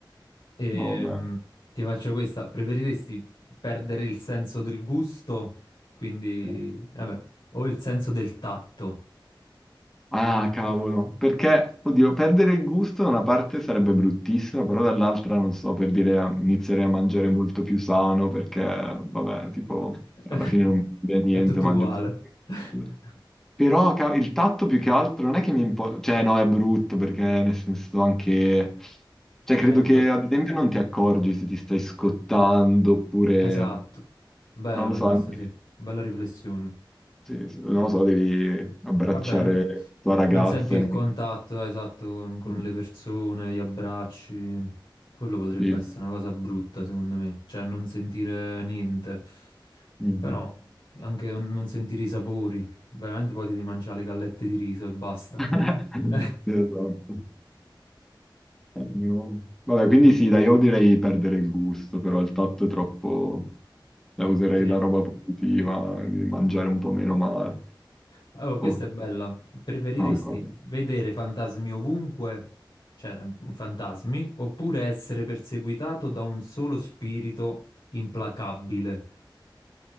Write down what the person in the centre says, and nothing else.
Oh, beh.
eh.
Ah, cavolo, perché, oddio, perdere il gusto da una parte sarebbe bruttissimo, però dall'altra, non so, per dire, inizierei a mangiare molto più sano, perché, vabbè, tipo,
alla fine non cambia niente,
mangio...
solo. Però ca- il tatto più che altro non è che mi importa, cioè no, è brutto, perché nel senso anche... Cioè, credo
che,
ad esempio, non ti accorgi se ti stai scottando, oppure,
non lo so,
anche-
sì, sì, non lo so, devi abbracciare
la tua ragazza
e non...
Sì,
sì.
Mm.
<laughs>
Esatto. Eh, no. Vabbè, quindi sì, dai, io direi perdere il gusto, però il tatto è troppo... Cioè, userei
la roba positiva, di mangiare un po' meno male.
Ok.
No, vabbè.